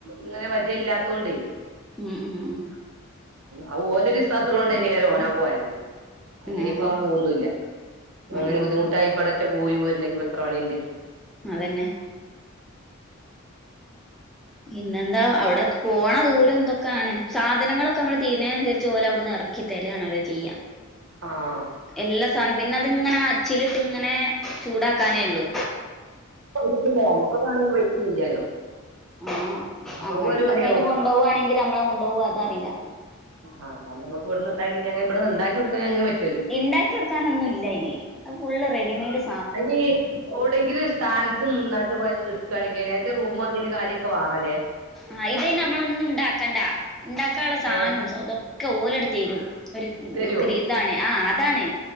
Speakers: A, on the right; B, in the centre.
A: ഇങ്ങനെ പരിജയല്ലാത്തോണ്ടേ
B: ഉം ഉം ഉം
A: അത് ഓലൊര് വിസ്വാസള്ളോണ്ടേനേകാരം ഓനാ പോയത് അല്ലേ
B: ഉം
A: ഇപ്പൊ അവൻ പോവൊന്നുല്ല
B: ഉം
A: അങ്ങനെ ബുദ്ധിമുട്ടായിപ്പടറ്റം പോയി പോരണെങ്കി എത്ര പണിണ്ട് <inaudible>
B: അതന്നെ പിന്നെന്താ അവിടെ പോണ ദൂരം ദക്കാണ്. സാധനങ്ങളൊക്കെ മ്മള് തീര്ണേനന്സരിച് ഓലവ്ട്ന്ന് ഇറക്കി തരാണെല്ലൊ ചെയ്യ.
A: ആഹ്
B: എല്ലാ സാനും പിന്നെ അതിങ്ങനെ ചിൽട്ട് ങ്ങനെ ചൂടാക്കാനേ ഉള്ളൂ
A: <unintelligible>
B: മ്
A: നമ്മക്കും
B: അങ്ങാടിലൊക്കെങ്ങനെ
A: ഒരു പണിയാവും
B: കൊണ്ടോവാണെങ്കിൽ നമ്മളെ കൊണ്ടോവോ അതറീല.
A: ആ ന്നാ നമുക്ക് ഇവിട്ന്ന് ഇണ്ടായില്ലെങ്കിൽ ഇബ്ട്ന്ന് ഇണ്ടാക്കി കൊടുക്കാ ഇങ്ങക്ക് പ
B: ഇണ്ടാക്യൊട്ക്കാന് ഒന്നും ഇല്ല അയിന് അത് ഫുള്ള് റെഡിമെയഡ് സ
A: അയിന് ഓൾ എന്തെങ്കിലും സ്ഥാനത് നന്നായിട്ട് എടുക്കുകയാെങ്കിൽ അയിന്റെ റൂമും <unintelligible> കാര്യക്കെ വാണല്ലേ
B: ആ ഇത് നമ്മൾ ഒന്നും ഇണ്ടാക്കണ്ടാ ഇണ്ടാക്കാൻള്ള സാധനം
A: ഏഹ്
B: ദൊക്കെ ഓലാണ്ട് തരും. ഇന്ന്
A: തരുവോ
B: ഇൻക്ദ് ഇതാണ് ആ അതാണ്